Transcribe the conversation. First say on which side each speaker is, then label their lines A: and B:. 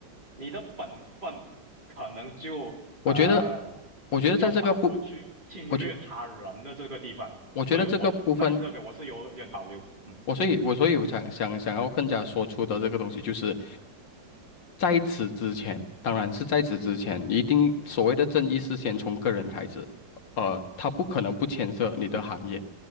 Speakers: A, on the right (about 25°); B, on the left (about 80°).
A: 你的本分可能就呃
B: 我觉得，我觉得在这个部，
A: 要包括去侵略他人的这个地方，
B: 我觉我觉得这个部分。
A: 所以我在这边我是有点保留，嗯
B: 我所以，我所以我想想想要更加说出的这个东西，就是在此之前，当然是在此之前，一定所谓的正义是先从个人开始，呃，他不可能不牵涉你的行业，